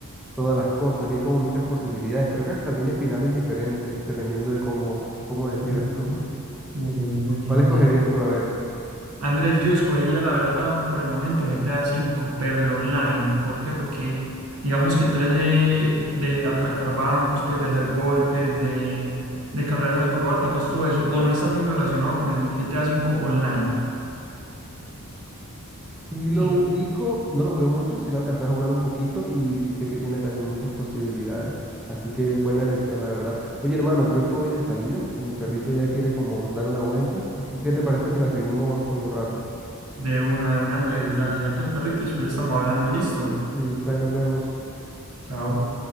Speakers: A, in the centre; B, on the right (about 80°).
A: todas las cosas y hay como muchas posibilidades. Creo que hasta tiene finales diferentes dependiendo de cómo, cómo decidas
B: Mm.
A: tú.
B: sí. Uy,
A: ¿Cuál
B: en
A: escogerías
B: serio.
A: tú? A ver.
B: Andrés, yo escogería la verdad por el momento GTA V, pero el online. ¿Por qué? Porque digamos que todo ese de atracar bancos, pues de hacer golpes, de, de carreras acrobáticas, todo eso, o no está muy relacionado con el GTA V online.
A: Si lo
B: Sí.
A: ubico, no lo jugué mucho, sí lo alcancé a jugar un poquito y sí sé que tiene también muchas posibilidades. Así que buena elección, la verdad. Oye, hermano, creo que voy de salida, que mi perrito ya quiere como dar una vuelta. Así que, ¿qué te parece si la seguimos en un rato?
B: De una, de una, Andrés, dale, saca el perrito y después estamos hablando, listo.
A: Listo, ahí nos vemos.
B: Chao.